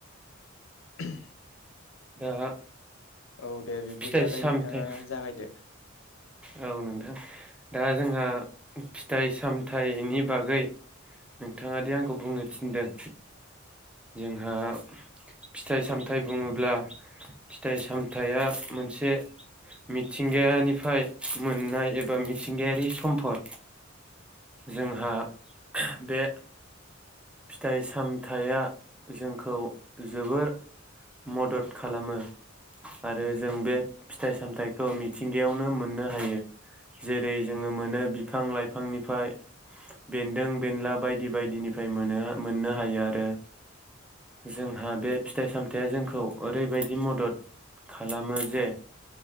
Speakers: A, on the left (about 65°); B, in the centre.
A: <unintelligible>
B: दा
A: औ दे बिब्दिब्लालाय
B: फिथाइ सामथाइ
A: नोंथाङा जागायदो।
B: औ नोंथां दा जोंहा फिथाइ सामथायाइनि बागै नोंथाङादि आंखौ बुंनो थिनदों जोंहा फिथाइ
A: औ
B: सामथाइ बुङोब्ला फिथाइ सामथाइया मोनसे मिथिंगायानिफ्राय मोननाय एबा मिथिंगायारि सम्पद जोंहा बे फिथाइ सामथाइया जोंखौ जोबोर मदद खालामो आरो जों बे फिथाइ सामथाइखौ मिथिंगायावनो मोननो हायो जेरै जोङो मोनो बिफां लाइफांनिफ्राय बेन्दों बेनला बायदि बायदिनिफ्राय मोननो हायो आरो। जोंहा बे फिथाइ सामथाइया जोंखौ ओरैबायदि मदद खालामो जे